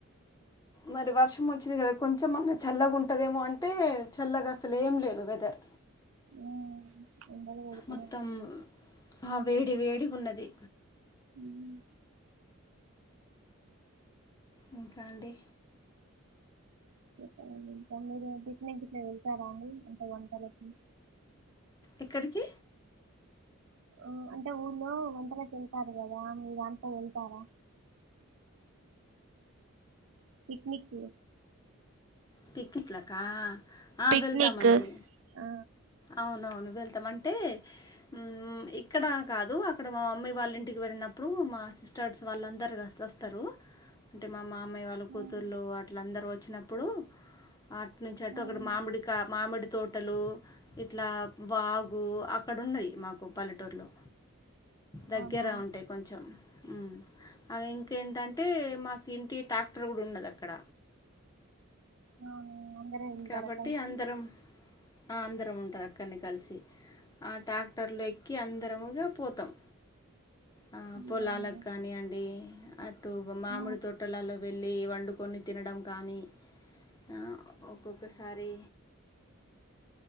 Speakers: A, on the left; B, on the right.
A: మరి వర్షం వచ్చింది కదా కొం కొంచెం మన్న చల్లగా ఉంటుదేమో అంటే చల్లగా అసలు ఏం లేదు వెదర్
B: ఆ ఎండలు కొడుతునై
A: మొత్తం ఆ వేడి వేడిగ ఉన్నంది
B: హమ్
A: ఇంకండి
B: కేండి ఇంకా మీరు పిక్నిక్ గిట్ల వెళ్తారా అండి అంటే వంటలకి
A: ఎక్కడికి
B: ఆ అంటే ఊళ్ళో వంటలకేళ్తారు కదా మీ దాంట్లో వెళ్తారా పక్నిక్ లు
A: పిక్నిక్ లకా ఆ
B: పిక్నిక్
A: వెళ్తామండి
B: ఆ
A: అవును వెళ్తామంటే హ్మ్ ఇ ఇక్కడ కాదు అక్కడ మా మమ్మీ వాళ్ళ ఇంటికి వెళ్ళినప్పుడు మా సిస్టర్స్ వాళ్ళందరు వస్త వస్తారు అంటే మా మామయ్యవాలు కూతుళ్ళ
B: ఉమ్
A: అట్లందరుూ వచ్చినప్పుడు అట్ నుంచి అట్టు
B: ఉమ్
A: అక్కడ మామిడి కా మామిడి తోటలు ఇట్లా వాగు అక్కడ ఉన్నాయ్ మాకు పల్లెటూరులో దగ్గర
B: అవునా
A: ఉంటాయి కొంచెం హ్మ్ ఆ ఇంకేంటంటే మాకు తీనికి టాక్టర్ కూడా ఉన్నది అక్కడ
B: ఆ అందరు వెళ్తారా
A: కాబట్టి
B: కలిసి
A: అందరం అందరం ఉంటారు అక్కడినే కలిసి ఆ ట్రాక్టర్లో ఎక్కి అందరముగా పోతాం ఆ పొలాలకి
B: ఉమ్
A: కానియండి అటు మామిడి
B: డే
A: తోటలోల వెళ్లి వండుకొని తినడం కానీ ఆ ఒక్కొక్కసారి